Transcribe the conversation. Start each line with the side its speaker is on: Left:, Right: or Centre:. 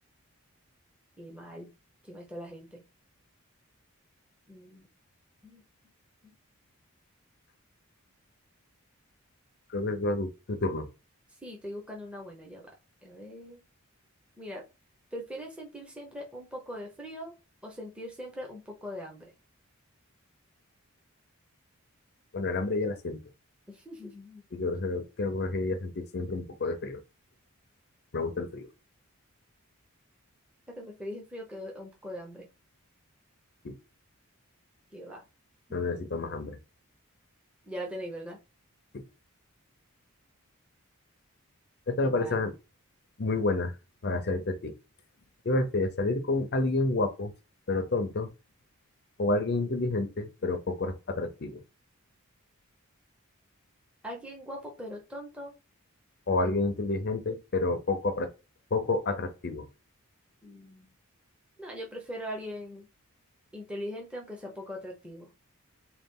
Centre: Y mal, quién mal está la gente. Mm, mm, mm.
Left: Creo que es tu, tu turno.
Centre: Sí, estoy buscando una buena, ya va. A ver. Mira, ¿prefieres sentir siempre un poco de frío o sentir siempre un poco de hambre?
Left: Bueno, el hambre ya la siento.
Centre: <laughs> O
Left: Y creo, creo, creo que preferiría sentir siempre un poco de frío. Me gusta el frío.
Centre: sea, que preferís el frío que un poco de hambre.
Left: Sí,
Centre: Que va. Mm.
Left: no necesito más hambre.
Centre: Ya la tenéis, ¿verdad?
Left: Sí. Esta
Centre: y
Left: me
Centre: va.
Left: parece muy buena para hacerte a ti. ¿Qué prefieres, salir con alguien guapo, pero tonto? ¿O alguien inteligente, pero poco atractivo?
Centre: ¿Alguien guapo pero tonto?
Left: ¿O
Centre: O
Left: alguien
Centre: in-
Left: inteligente, pero poco, apra- poco atractivo?
Centre: Mm. No, yo prefiero a alguien inteligente aunque sea poco atractivo.